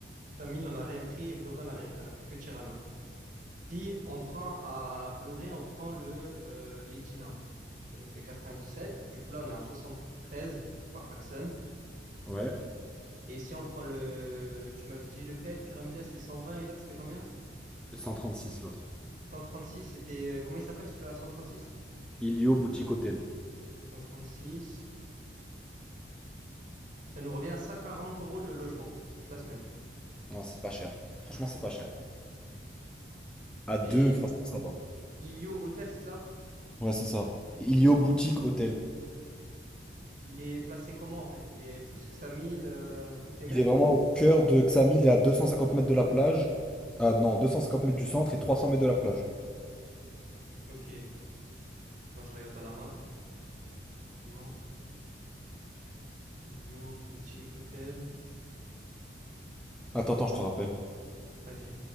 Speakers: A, on the right; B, in the centre.
A: Samil, on n'a rien pris, Vloré, on n'a rien pris, on n'a pris que Tirana. Si on prend à Vloré, on prend le euh, l'Edina. Ça nous fait 97. Du coup, là, on est à 73 par personne.
B: Ouais.
A: Et si on prend le... Tu m'avais dit lequel? Pyramida, c'était 120 et l'autre, c'était combien?
B: 136 l'autre.
A: 136, c'était... euh, Comment il s'appelle celui-là, 136?
B: Ilio Boutique Hotel.
A: 136. Ça nous revient à 140 euros le logement, toute la semaine.
B: Non, c'est pas cher. Franchement, c'est pas cher. À deux,
A: Et
B: franchement, ça va.
A: Ilio Hôtel, c'est ça?
B: Ouais, c'est ça. Ilio Boutique Hôtel.
A: Il est placé comment en fait? Il est plus que 5000 euh, côté
B: Il
A: mer?
B: est vraiment au cœur de Xamil, il est à 250 mètres de la plage. Ah non, 250 mètres du centre et 300 mètres de la plage.
A: Ok, bon, je regarde dans la map. Exactement. Ilio Boutique Hôtel.
B: Attends, attends, je te rappelle.
A: Vas-y.